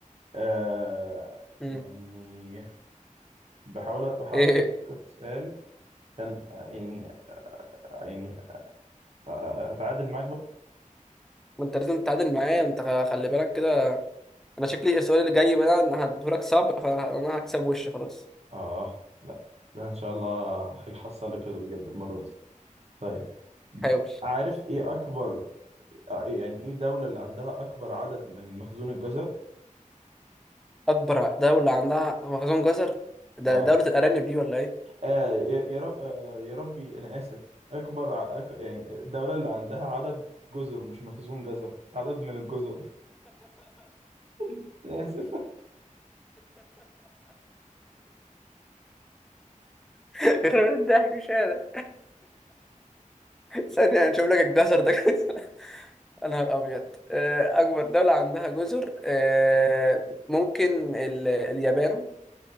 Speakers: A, on the right; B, in the centre.
A: آه
B: مم.
A: يعني بحاول بحاول
B: ايه
A: افكر في سؤال كان آه، يعني يعني آه، آه، هتعادل معاك بقى
B: ما انت لازم تتعادل معايا انت خ- خلي بالك كده انا شكلي السؤال اللي جاي بقى انا هديهولك صعب فانا هكسب وش خلاص
A: آه لا لا إن شاء الله هيحصلك كده بجد المرة دي طيب
B: حاول
A: عارف إيه أكبر آه، إيه- يعني إيه دولة اللي عندها أكبر عدد من مخزون الجزر؟
B: اكبر دولة عندها مخزون جزر ده
A: آه,
B: دولة الارانب دي ولا ايه
A: آه يا يا رب آه يا ربي أنا آسف أكبر ع- أك... يعني الدولة اللي عندها عدد جزر مش مخزون جزر عدد من الجزر <laughs> أنا آسف
B: <laughs> يخرب بيت الضحك مش قادر ثانية نشوف لك الجزر ده <laughs> يا نهار ابيض آه، اكبر دولة عندها جزر آه، ممكن ال- اليابان